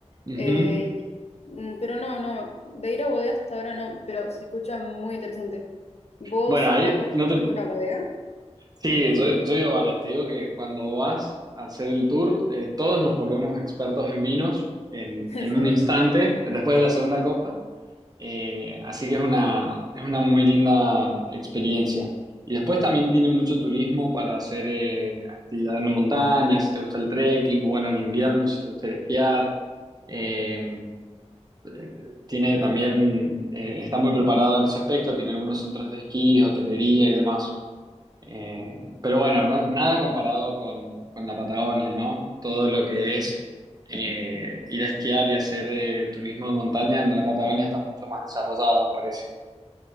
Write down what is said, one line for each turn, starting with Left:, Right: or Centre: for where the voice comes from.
Right: Ujú.
Left: Eh, y- mm, pero no, no, de ir a bodega hasta ahora no, pero se escucha muy interesante. ¿Vos
Right: Bueno, ahí
Left: ya conoces
Right: no te...
Left: alguna bodega?
Right: Sí, yo, yo he ido varias. Te digo que cuando vas a hacer el tour, eh, todos nos volvemos expertos en vinos en,
Left: <laughs>
Right: en
Left: Seguro.
Right: un instante, después de la segunda copa. Eh, así que es una, es una muy linda experiencia. Y después también tiene mucho turismo para hacer eh, actividad en montaña, si te gusta el trekking, o bueno, en invierno, si te gusta el esquiar. Eh, eh, tiene también, eh, está muy preparado en ese aspecto, tiene algunos centros de esquí, hotelería y demás. Eh, pero bueno, no- nada comparado con, con la Patagonia, ¿no? Todo lo que es eh, ir a esquiar y hacer eh, turismo de montaña en la Patagonia está mucho más desarrollado, me parece.